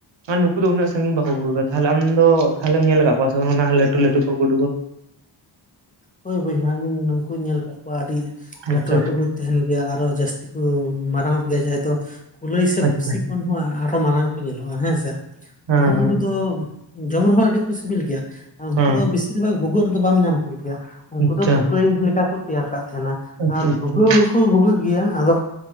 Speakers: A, on the right; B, on the left.
A: ᱟᱨ ᱱᱩᱠᱩ ᱫᱚ ᱩᱱᱟᱹᱜ ᱥᱟᱺᱜᱤᱧ ᱵᱟᱠᱚ ᱵᱷᱩᱜᱟᱹᱜ-ᱟ ᱛᱟᱦᱚᱞᱮ ᱟᱢ ᱫᱚ ᱛᱟᱦᱚᱞᱮᱢ ᱧᱮᱞ ᱟᱠᱟᱫ ᱠᱚᱣᱟ ᱥᱮ ᱵᱟᱝ ᱚᱱᱟ ᱞᱟᱹᱴᱩ ᱞᱟᱹᱴᱩ ᱠᱚ ᱜᱩᱰᱩ ᱠᱚ?
B: ᱦᱚᱭ ᱵᱚᱭᱦᱟ ᱤᱧ ᱱᱩᱠᱩᱧ ᱧᱮᱞ ᱟᱠᱟᱫ ᱠᱚᱣᱟ ᱟᱹᱰᱤ ᱞᱟᱹᱴᱩ
A: ᱟᱪᱪᱷᱟ
B: ᱞᱟᱹᱴᱩ ᱠᱚ, ᱛᱟᱦᱮᱱ ᱜᱮᱭᱟ ᱟᱨᱚ ᱡᱟᱹᱥᱛᱤ ᱠᱚ ᱢᱟᱨᱟᱝᱚᱜ ᱜᱮᱭᱟ ᱡᱟᱦᱟᱸᱭ ᱫᱚ ᱠᱩᱞᱟᱹᱭ ᱥᱮ
A: ᱟᱪᱪᱷᱟ
B: ᱯᱩᱥᱤ ᱠᱷᱚᱱ ᱦᱚᱸ ᱟᱨᱦᱚᱸ ᱢᱟᱨᱟᱝ ᱠᱚ ᱧᱮᱞᱚᱜ-ᱟ ᱦᱮᱸᱥᱮ
A: ᱦᱮᱸ
B: ᱩᱱᱠᱩ
A: ᱦᱮᱸ
B: ᱜᱩᱰᱩ ᱫᱚ ᱡᱚᱢ ᱨᱮᱦᱚᱸ ᱟᱹᱰᱤ ᱠᱚ ᱥᱤᱵᱤᱞ ᱜᱮᱭᱟ ᱩᱱᱠᱩ
A: ᱦᱮᱸ
B: ᱫᱚ ᱵᱤᱥᱤᱨ ᱵᱷᱟᱜᱽ ᱵᱷᱩᱜᱟᱹᱜ ᱨᱮᱫᱚ ᱵᱟᱢ ᱧᱟᱢ ᱠᱚᱣᱟ᱾ ᱜᱮᱭᱟ ᱩᱱᱠᱩ
A: ᱟᱪᱪᱷᱟ
B: ᱫᱚ ᱛᱩᱠᱟᱹᱭ ᱞᱮᱠᱟ ᱠᱚ ᱛᱮᱭᱟᱨ ᱠᱟᱜ ᱛᱟᱦᱮᱱᱟ
A: ᱟᱪᱪᱷᱟ
B: ᱟᱨ
A: ᱟᱪᱪᱷᱟ
B: ᱵᱷᱩᱜᱟᱹᱜ ᱦᱚᱸ ᱠᱚ ᱵᱷᱩᱜᱟᱹᱜ ᱜᱮᱭᱟ ᱟᱫᱚ